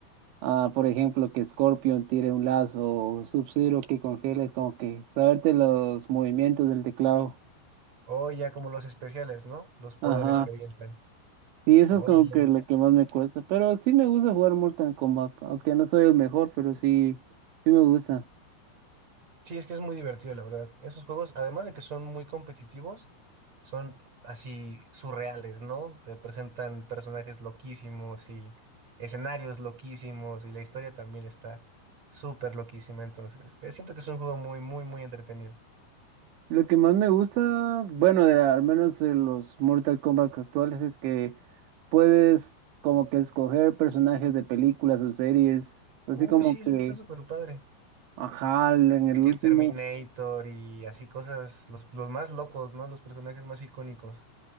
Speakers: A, on the right; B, on the right.
A: ah, por ejemplo, que Scorpion tire un lazo o Sub-Zero que congeles, como que saberte los movimientos del teclado.
B: O ya como los especiales, ¿no? Los poderes
A: Ajá.
B: que avientan.
A: Y eso
B: Oh,
A: es como
B: ya. ya.
A: que lo que más me cuesta. Pero sí me gusta jugar Mortal Kombat, aunque no soy el mejor, pero sí, sí me gusta.
B: Sí, es que es muy divertido, la verdad. Esos juegos, además de que son muy competitivos, son así surreales, ¿no? Te presentan personajes loquísimos y escenarios loquísimos y la historia también está súper loquísima. Entonces, eh, siento que es un juego muy, muy, muy entretenido.
A: Lo que más me gusta, bueno, de, al menos de los Mortal Kombat actuales, es que puedes como que escoger personajes de películas o series, así
B: Uy,
A: como
B: sí, eso
A: que...
B: está súper padre.
A: Ajá, en el
B: Que
A: último.
B: Terminator y así cosas, los, los más locos, ¿no? Los personajes más icónicos.